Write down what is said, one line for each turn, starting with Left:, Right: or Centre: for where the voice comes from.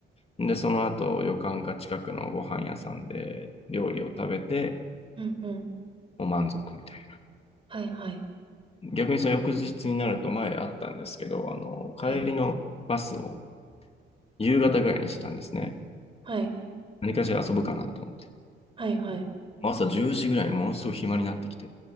Left: で、その後旅館か近くのご飯屋さんで料理を食べて、
Right: うんうん。
Left: もう満足みたい
Right: はいはい。
Left: な。逆にその翌日になると前あったんですけど、あの、帰りのバスを
Right: はい。
Left: 夕方ぐらいにしてたんですね。
Right: はい。
Left: 何かしら遊ぶかなと思って。
Right: はいはい。
Left: 朝10時ぐらいにものすごい暇になってきて、